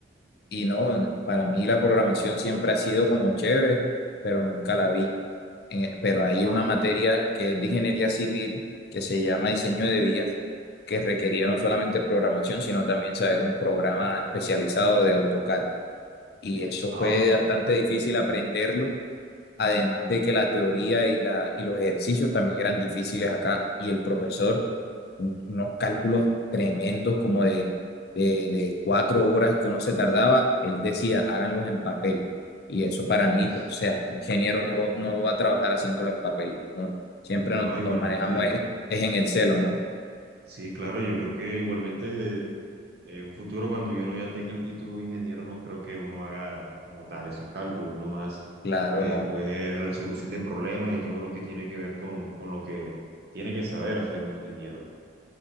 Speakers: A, on the left; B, on the right.
A: Y no, para mí la programación siempre ha sido como chévere, pero nunca la vi. Eh, pero hay
B: Wow,
A: una materia que es de ingeniería civil, que se llama diseño de vías, que requería no solamente programación, sino también saber un programa especializado de AutoCAD y eso
B: ah,
A: fue
B: ok.
A: bastante difícil aprenderlo, además de que la teoría y, la, y los ejercicios también eran difíciles acá y el profesor, un- unos cálculos tremendos como de, de, de cuatro horas que uno se tardaba, él decía, háganlos en papel. Y eso para
B: Uy,
A: mí, pues, o sea, un ingeniero no lo, no lo va a trabajar haciéndolo en papel, ¿no? Siempre
B: no,
A: nos, nos
B: igualmente.
A: manejamos es, es en Excel, ¿o no?
B: Sí, claro, yo creo que igualmente en un futuro cuando yo no ya tenga el título de ingeniero, no creo que uno haga como tal esos cálculos, uno más
A: Claro,
B: eh,
A: no.
B: pues resolución de problemas y todo lo que tiene que ver con, con lo que tiene que saber hacer un ingeniero.